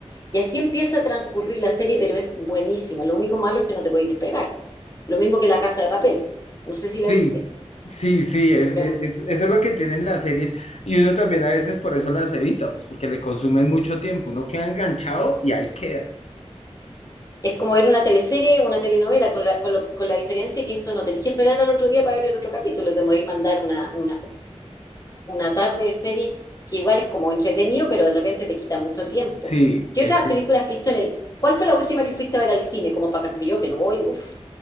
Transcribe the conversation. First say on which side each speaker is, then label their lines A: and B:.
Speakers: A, on the left; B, on the left.
A: Y así empieza a transcurrir la serie, pero es buenísima. Lo único malo es que no te podéis despegar. Lo mismo que La Casa de Papel. No sé si la
B: Sí,
A: viste.
B: sí, sí, es, e,
A: Ya.
B: es- eso es lo que tienen las series y uno también a veces por eso las evita, pues porque le consumen mucho tiempo, uno queda enganchado y ahí queda.
A: Es como ver una teleserie, una telenovela, con la, con la, con la diferencia que esto no tenéis que esperar al otro día para ver el otro capítulo. Te podéis mandar una, una, una tarde de serie que igual es como entretenido, pero de repente te quita mucho tiempo.
B: Sí,
A: ¿Qué
B: es...
A: otras películas has visto en el... ¿Cuál fue la última que fuiste a ver al cine? Como para... porque Yo que no voy, uff,